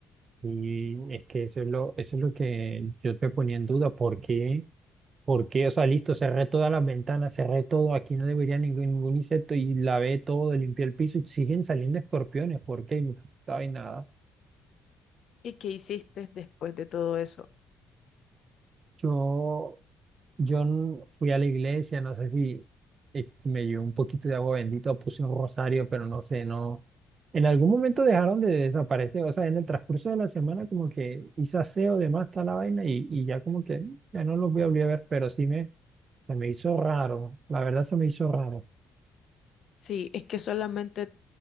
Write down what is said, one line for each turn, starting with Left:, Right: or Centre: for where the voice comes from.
Right: Y es que eso es lo, eso es lo que yo te ponía en duda. ¿Por qué? ¿Por qué? O sea, listo, cerré todas las ventanas, cerré todo, aquí no debería ningún, ningún insecto y lavé todo, limpié el piso y siguen saliendo escorpiones. ¿Por qué? Y no hay nada.
Left: ¿Y qué hiciste después de todo eso?
Right: Yo, yo n- fui a la iglesia, no sé si eh, si me llevó un poquito de agua bendita o puse un rosario, pero no sé, no. En algún momento dejaron de desaparecer, o sea, en el transcurso de la semana como que hice aseo, demás, tal la vaina y, y ya como que mm, ya no los voy a volver a ver, pero sí me, se me hizo raro, la verdad se me hizo raro.
Left: Sí, es que solamente